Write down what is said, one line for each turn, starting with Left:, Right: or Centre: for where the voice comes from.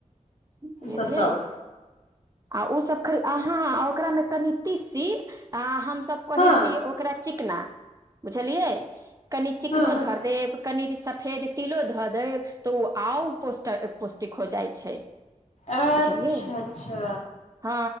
Right: बुझलियै
Left: बताउ
Right: आ उ सब खर आहां ओकरामे तनि तिसी आ हम सब कहे
Left: हँ
Right: छी ओकरा चिकना बुझलिए कनि चिकनो
Left: हँ हँ
Right: धर देब कनि फेर तिलो धऽ दे तऽ आउ और पौष्टिक हो जाइ छै
Left: अच्छा
Right: बुझलियए
Left: अच्छा
Right: आ